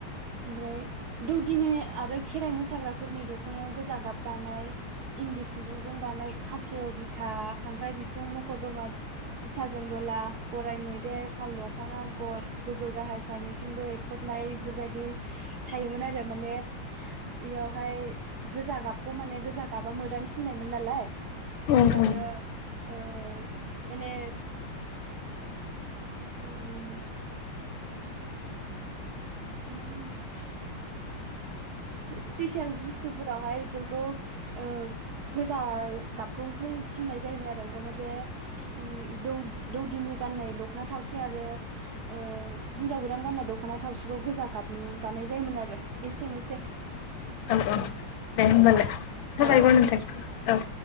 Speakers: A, on the right (about 75°); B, on the left (about 75°).
A: ओमफ्राय दौदिनि आरो खेराइ मोसाग्राफोरनि दख'नायाव गोजा गाब गानाय इन्दि खुन्दुंजों दानाय खासेव बिखा खांख्राइ बिखुं मखर दमा बिसाजों दला गराइ मैदेर साल दंफां आगर गोजौ गाहाय फारनैथिंबो एरफबनाय बेफोरबायदि थायोमोन आरो माने इयावहाय गोजा गाबखौ माने गोजा गाबा मोदानो सिननायमोन नालाय
B: औ
A: ओंखायनो
B: औ
A: ओ माने उम उम। मा होनो <unintelligible> स्पेसियेल बुस्थुफोरावहाय बेफोरखौ ओ गोजा गाबखौ होसिननाय जायोमोन आरो ओंखायनो बे ओं दौ दौदिनि गाननाय दख'ना थावसि आरो ओ हिनजाव गोदान गाननाय दख'ना थावसिखौ गोजा गाबनि गाननाय जायोमोन आरो। एसेनोसै।
B: औ औ दे होमबालाय। साबायगर
A: औ दे
B: नोंथांनि सिम औ।